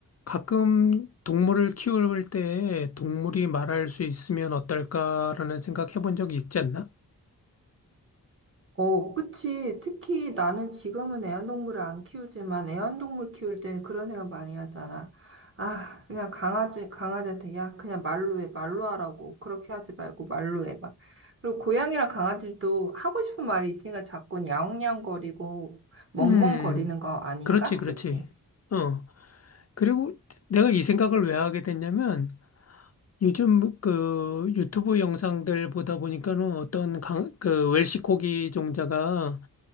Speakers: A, on the left; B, on the right.
A: 가끔 동물을 키울 때 동물이 말할 수 있으면 어떨까라는 생각 해본 적 있지 않나?
B: 어, 그치. 특히 나는 지금은 애완동물을 안 키우지만 애완동물 키울 때는 그런 생각 많이 하잖아. 아, 그냥 강아지, 강아지한테, 야, 그냥 말로 해, 말로 하라고. 그렇게 하지 말고 말로 해, 봐 그리고 고양이랑 강아지도 하고 싶은 말이 있으니까 자꾸 야옹야옹거리고 멍멍거리는
A: 음,
B: 거 아닌가?
A: 그렇지, 그렇지.
B: 그치?
A: 어. 그리고 내가 이 생각을 왜 하게 됐냐면 요즘 그 유튜브 영상들 보다 보니까는 어떤 강, 그 웰시코기 종자가